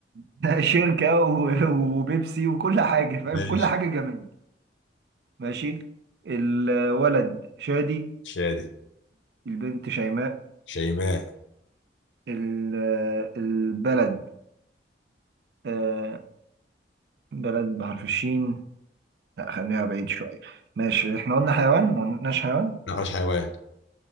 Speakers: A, on the right; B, on the left.
A: <laughs> شركة و- وبيبسي وكل حاجة فاهم
B: ماشي
A: كل حاجة جماد ماشي الولد شادي
B: شادي
A: البنت شيماء
B: شيماء
A: ال- البلد آه بلد بحرف الشين لا خليها بعيد شوية ماشي احنا قلنا حيوان ما قلناش حيوان
B: نقش حيوان